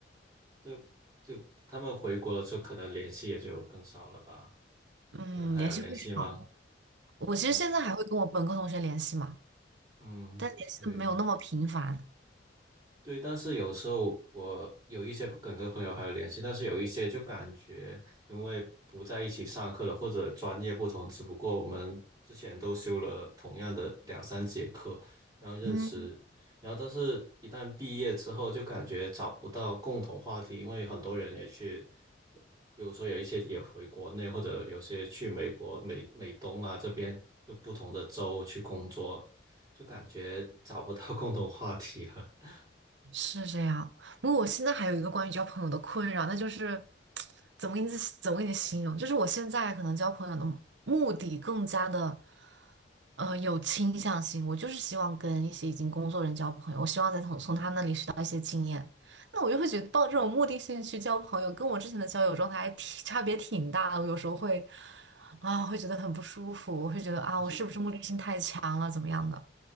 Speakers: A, on the right (about 20°); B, on the right (about 70°).
A: 就就他们回国了之后，就可能联系也就更少了吧？
B: 嗯，
A: 你们还有联系吗？
B: 联系会少了我其实现在还会跟我本科同学联系嘛，
A: 对，嗯，
B: 但联系的没有那么频繁。
A: 对。对，但是有时候我有一些梗跟个朋友还有联系，但是有一些就感觉因为不在一起上课了，或者专业不同，只不过我们之前都修了同样的两三节课，然后认识，
B: 嗯。
A: 然后但是一旦毕业之后，就感觉找不到共同话题，因为很多人也去，比如说有一些也回国内，或者有些去美国、美美东啊这边，就不同的州去工作，就感觉找不到 <laughs> 共同话题了。
B: 是这样。不过我现在还有一个关于交朋友的困扰，那就是怎么给你怎么给你形容？就是我现在可能交朋友的目的更加的呃有倾向性，我就是希望跟一些已经工作人交朋友，我希望再从从他那里学到一些经验。那我就会觉得抱这种目的性去交朋友，跟我之前的交友状态还挺差别挺大的。我有时候会啊，会觉得很不舒服，我会觉得啊，
A: 是。
B: 我是不是目的性太强了，怎么样的？